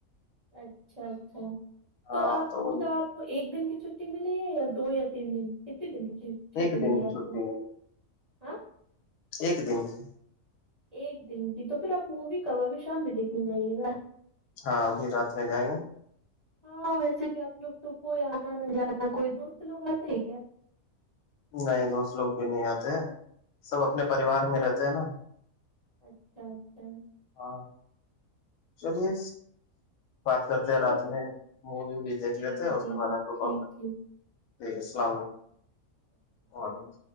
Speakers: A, on the right (about 30°); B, on the left (about 80°).
A: اچھا اچھا
B: ہاں
A: تو آپ مطلب
B: وہی
A: آپ تو ایک دن کی چھٹی ملی ہے یا دو یا تین دن کتنی دن کی چھٹی
B: ایک دن
A: ملی
B: کی
A: آپ
B: چھٹی
A: کو
B: ملی
A: ہاں
B: ایک دن کی
A: ایک دن کی تو پھر آپ مووی کبا بھی شام میں دیکھنے جائیے گا
B: ہاں ابھی رات میں جائیں گے
A: ہاں ویسے بھی آپ لوگ تو کوئی آنا نہ جانا کوئی دوست لوگ آتے ہیں کیا
B: نہیں دوست لوگ بھی نہیں آتے ہیں سب اپنے پریوار میں رہتے ہیں نا
A: اچھا اچھا
B: ہاں چلیے بات کرتے
A: ٹھیک
B: ہیں رات
A: ہے تو
B: میں
A: پھر
B: مووی وووی
A: ٹھیک
B: دیکھ لیتے
A: ہے
B: ہیں اس
A: ٹھیک
B: کے بعد
A: ہے
B: آپ کو
A: ٹھیک
B: کال کر
A: ٹھیک
B: ٹھیک ہے سلام علیکم وعلیکم